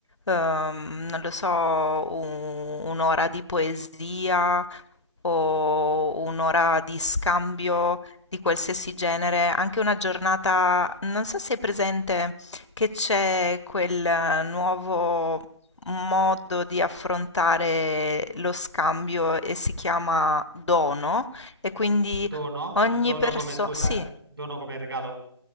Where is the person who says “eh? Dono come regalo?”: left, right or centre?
Right